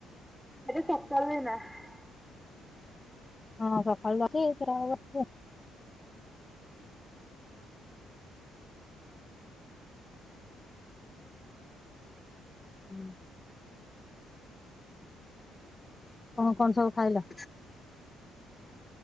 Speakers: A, in the centre; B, on the left (about 20°).
A: ଏବେ ସକାଳୁ ଏଇନା। ହଁ
B: ହଁ ସକାଳୁ‌ ଯାଉଛି ଏତେ ବେଳେ ହବ ଆସୁଛି।
A: ହୁଁ।
B: ହୁଁ। କଣ କଣ ସବୁ ଖାଇଲ।